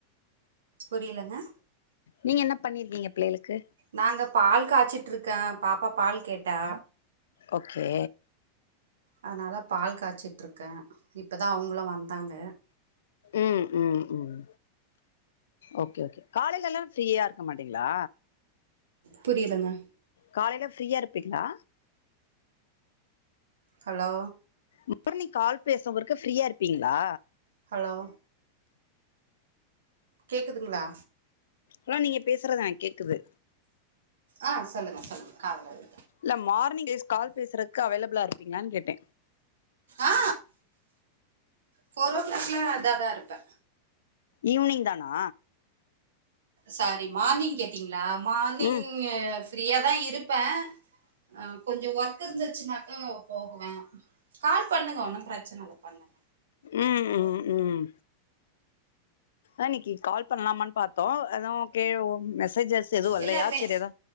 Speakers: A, on the right (about 65°); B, on the left (about 60°).
A: புரிலங்க
B: நீங்க என்ன பண்ணிருக்கீங்க பிள்ளைகளுக்கு
A: நாங்க பால் காச்சிட்ருக்க பாப்பா பால் கேட்டா
B: ஓகே
A: அதனால பால் காச்சிட்ருக்க இப்போ தா அவ்ங்ளு வந்தாங்க
B: ம் ம் ம் ஓகே ஓகே காலைல்லல்லா ஃப்ரீயா இருக்க மாட்டீங்ளா
A: புரிலங்க
B: காலைல ஃப்ரீயா இருப்பீங்ளா
A: ஹலோ
B: மார்னிங் கால் பேசவருக்கு ஃப்ரீயா இருப்பீங்ளா
A: ஹலோ கேக்குதுங்ளா
B: ஹலோ நீங்க பேசுறத கேக்குது
A: ஆ சொல்லுங்க சொல்லுங்க காவ்லரு
B: தம் மார்னிங் கேஸ் கால் பேசுறக்கு அவைளுபுளா இருப்பீங்களானு கேட்ட
A: ஆ ஃபோர் ஓ கிளாக்ல அதாதா இருப்ப
B: ஈவினிங் தானா
A: சாரி மார்னிங் கேட்டீங்ளா மார்னிங்
B: ம்
A: ய ஃரீயாதா இருப்ப ஆ கொஞ்சோ ஒர்க் இருந்துச்சுனாக்கா போகுவ கால் பண்ணுங்க ஓன்னு பிரச்சன இல்ல பண்ணுங்க
B: ம் ம் ம் அன்னைக்கி கால் பண்ணலாமான்னு பாத்தோ அதா ஓகே ஓ மெசேஜஸ் எதுவு
A: இல்ல
B: இல்லையா
A: மே
B: சரி அதா